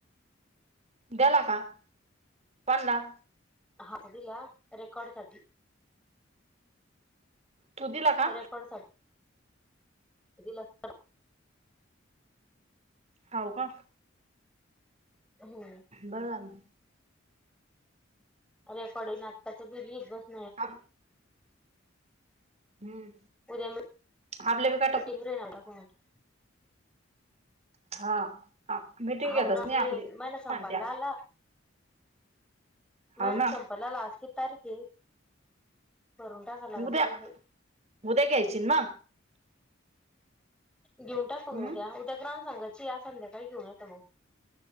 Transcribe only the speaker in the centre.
हा दिला. रेकॉर्ड साठी.
रेकॉर्ड साठी. दिला <unintelligible>
हो.
रेकॉर्डिंग आत्ताच बिल <unintelligible>
उद्या मि -
<unintelligible>
हाव
ना
गे.
महिना
संपायला
आला.
महिना
संपायला आला. आज किती तारीखे? भरून टाकायला लागल
पहिले.
घेऊन टाकू
म उद्या. उद्या ग्राम संघाची ए. आज संध्याकाळी घेऊन नाही त म.